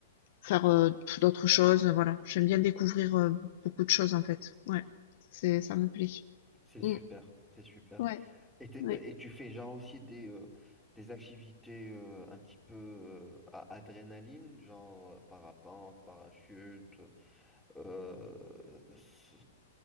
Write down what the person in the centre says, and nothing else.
C'est super,
c'est super.
Et, t'es-
euh, et tu fais genre aussi des, euh, des activités euh, un petit peu euh, à adrénaline, genre euh, parapente, parachute, euh, s-